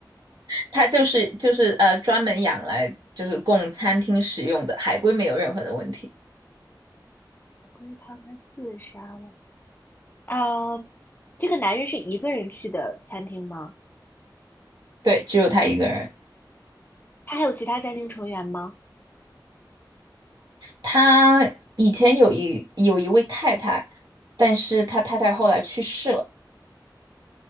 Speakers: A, on the right; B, on the left.
A: 它就是就是呃专门养来就是供餐厅使用的，海龟没有任何的问题，
B: 海龟汤它自杀了。呃，这个男人是一个人去的餐厅吗？
A: 对，只有他一个人。
B: 他还有其他家庭成员吗？
A: 他以前有一有一位太太，但是他太太后来去世了。